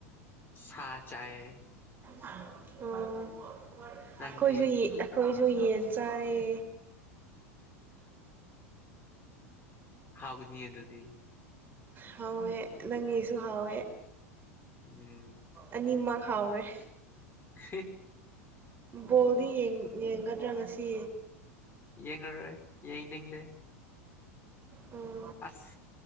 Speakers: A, on the left; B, on the right.
A: ꯁꯥ ꯆꯥꯏ
B: ꯑꯣ ꯑꯩꯈꯣꯏꯁꯨꯨ
A: ꯅꯪꯗꯤ
B: ꯑꯩꯈꯣꯏꯁꯨ ꯌꯦꯟ ꯆꯥꯔꯦ
A: ꯍꯥꯎꯕꯅꯤꯌꯦ ꯑꯗꯨꯗꯤ
B: ꯍꯥꯎꯋꯦ ꯅꯪꯒꯤꯁꯨ ꯍꯥꯎꯋꯦ
A: ꯎꯝ
B: ꯑꯅꯤꯃꯛ ꯍꯥꯎꯔꯦ
A: ꯍ
B: ꯕꯣꯜꯗꯤ ꯌꯦꯡꯒꯗ꯭ꯔꯥ ꯉꯁꯤ
A: ꯌꯦꯡꯉꯔꯣꯏ ꯌꯦꯡꯅꯤꯡꯗꯦ
B: ꯑꯣ
A: ꯑꯁ